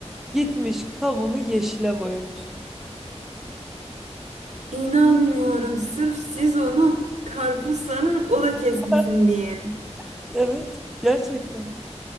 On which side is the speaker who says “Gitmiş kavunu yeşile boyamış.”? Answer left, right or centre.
Centre